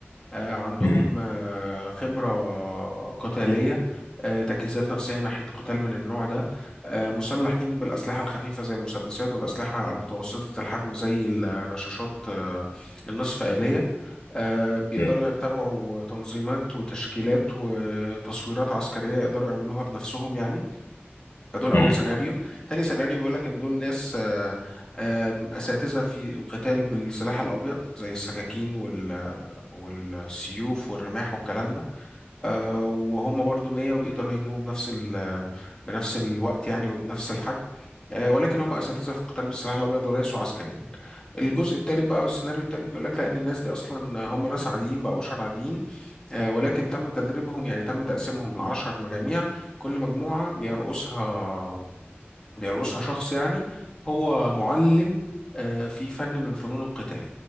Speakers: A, on the left (about 20°); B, on the left (about 65°).
A: آه، عندهم
B: مم،
A: آه، خبرة قتالية آه، تجهيزات نفسية ناحية قتال من النوع ده آه، مسلحين بالأسلحة الخفيفة زي المسدسات والأسلحة متوسطة الحجم زي الرشاشات آه، النصف آلية آه، بيقدروا
B: مم،
A: يتبعوا تنظيمات وتشكيلات وتصويرات عسكرية يقدروا يعملوها بنفسهم يعني فدول أول
B: مم.
A: سيناريو تاني سيناريو بيقولك إن دول ناس آه، آم، أساتذة في القتال بالسلاح الأبيض زي السكاكين وال والسيوف والرماح والكلام ده آه وهم برضو 100 وبيقدروا يهجموا بنفس ال بنفس الوقت يعني وبنفس الحجم آه ولكن هم اساتذه في القتال بالسلاح الابيض وليسوا عسكريين. الجزء الثالث بقى والسيناريو الثالث بيقول لك لا ان الناس دي اصلا هم ناس عاديين بقى بشر عاديين آه ولكن تم تدريبهم يعني تم تقسيمهم ل 10 مجاميع كل مجموعه بيرقصها بيرقصها شخص يعني هو معلم آه، في فن من فنون القتال